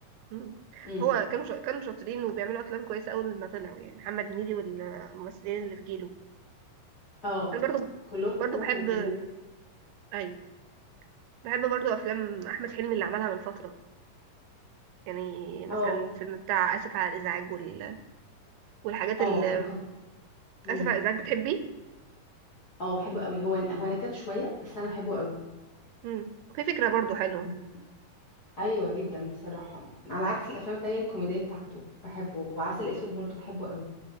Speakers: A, on the right (about 80°); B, on the left (about 70°).
A: مم.
B: امم
A: هو كانوا شا- كانوا شاطرين وبيعملوا افلام كويسه اول ما طلعوا يعني محمد هنيدي والممثلين اللي في جيله
B: اه
A: انا برضو
B: كلهم في الاول
A: برضو بحب
B: كانوا حلوين
A: ايوه بحب برضو افلام احمد حلمي اللي عملها من فتره يعني مثلا
B: اه
A: فيلم بتاع اسف على الازعاج وال... والحاجات
B: اه
A: اللي
B: كان خطير امم
A: اسف على الازعاج بتحبي
B: اه بحبه قوي هو هو نكت شويه بس انا بحبه
A: امم في فكره برضو حلوه
B: قوي ايوه جدا بصراحه على عكس الافلام التانية الكوميديه بتاعته بحبه وعسل اسود برضه بحبه قوي